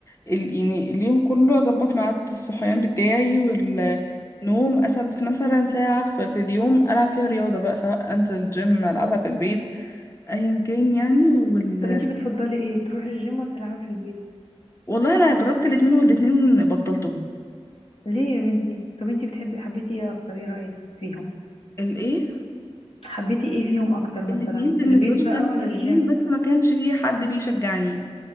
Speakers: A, on the left; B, on the left.
A: ال- يعني اليوم كله اظبط ميعاد الصحيان بتاعي والنوم اثبت مثلا ساعه في في اليوم العب فيها رياضه بقى سواء انزل جيم العبها في البيت ايا كان يعني وال
B: طب انتي بتفضلي ايه تروحي الجيم ولا تلعبي في البيت
A: والله انا جربت الاتنين والاتنين بطلتهم
B: ليه يا بنتي طب انتي بتحبي حبيتي ايه اكتر ايه رأيك فيهم
A: الايه
B: حبيتي ايه فيهم اكتر مثلا
A: الاتنين بالنسبه
B: البيت
A: لي
B: بقى
A: كانوا
B: ولا
A: حلوين
B: الجيم
A: بس ما كانش فيه حد بيشجعني